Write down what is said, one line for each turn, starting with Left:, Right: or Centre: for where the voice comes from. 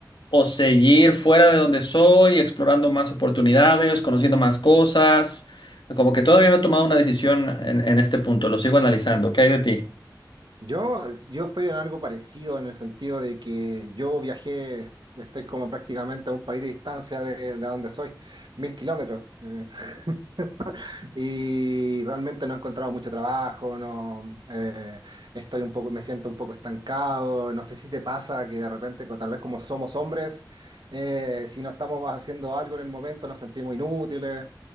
Left: o seguir fuera de donde soy, explorando más oportunidades, conociendo más cosas. Como que todavía no he tomado una decisión en, en este punto, lo sigo analizando. ¿Qué hay de ti?
Right: Yo, yo estoy en algo parecido en el sentido de que yo viajé, estoy como prácticamente a un país de distancia de, de donde soy, mil kilómetros. eh, <laughs> y realmente no he encontrado mucho trabajo, no, eh, estoy un poco, me siento un poco estancado. No sé si te pasa que de repente, co- tal vez como somos hombres, eh, si no estamos haciendo algo en el momento, nos sentimos inútiles